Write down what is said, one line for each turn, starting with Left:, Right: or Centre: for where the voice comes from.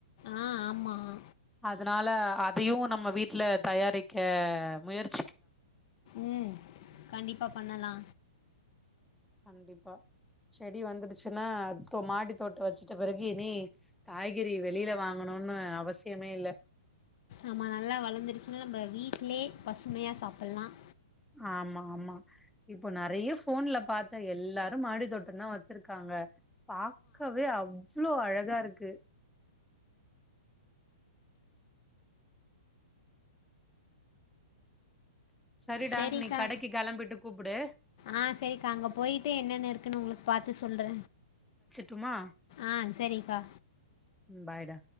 Left: ஆ ஆமாம்
Centre: அதனால அதையு நம்ம வீட்ல தயாரிக்க முயற்சி
Left: உம் கண்டிப்பா பண்ணலா
Centre: கண்டிப்பா செடி வந்துடுச்சுன்னா மாடி தோட்ட வெச்சுட்ட பிறகு இனி காய்கறி வெளியில வாங்கணும்னு அவசியமே இல்ல
Left: ஆமா நல்லா வளர்ந்துருச்சுன்னா நம்ம வீட்லயே பசுமையா சாப்புடலாம்
Centre: ஆமா ஆமா இப்போ நெறையா போன்ல பாத்தா எல்லாரு மாடித்தோட்டம் தா வெச்சிருக்காங்க பாக்கவே அவ் அவ்ளோ அழகா இருக்கு சரிடா
Left: செரிக்கா
Centre: நீ கடைக்கு கெளம்பிட்டு கூப்புடு
Left: ஆஹ் செரிக்கா அங்க போயிட்டு என்னென்ன இருக்குன்னு உங்களுக்கு பாத்து சொல்ற
Centre: டுமா
Left: ஆஹ் செரிக்கா
Centre: பாய் டா